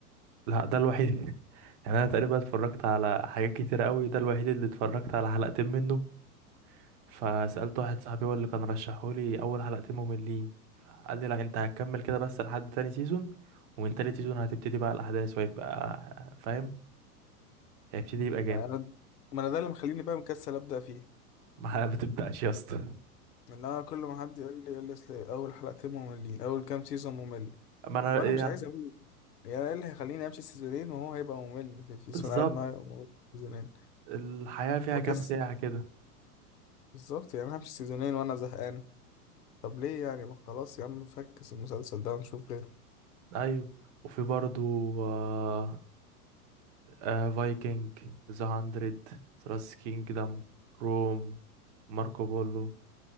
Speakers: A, on the right (about 45°); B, on the left (about 80°).
A: لا ده الوحيد <laughs> يعني أنا تقريبا اتفرجت على حاجات كتير أوي ده الوحيد اللي اتفرجت على حلقتين منه فسألت واحد صاحبي هو اللي كان رشحهولي أول حلقتين مملين قال لي لا أنت هتكمل كده بس لحد تاني سيزون ومن تالت سيزون هتبتدي بقى الأحداث وهيبقى فاهم هيبتدي يبقى
B: ما
A: جامد
B: أنا ما أنا ده اللي مخليني بقى مكسل أبدأ فيه
A: <laughs> ما ما تبدأش يا اسطى
B: لا كل ما حد يقول لي يقول لي اصل اول حلقتين مملين اول كام سيزون ممل
A: ما أنا
B: وانا
A: يعني
B: مش عايز اقول يعني ايه اللي هيخليني امشي سيزونين وهو هيبقى ممل في في سيزون
A: بالظبط
B: عارف ان هو هيبقى ممل في سيزونين
A: الحياة فيها
B: بكسل
A: كام ساعة كده
B: بالظبط يعني انا همشي سيزونين وانا زهقان طب ليه يعني ما خلاص يا عم فكس المسلسل ده ونشوف غيره
A: أيوه وفي برضو آه... آه... فايكنج ذا هاندرد ثلاث كينجدم روم ماركو بولو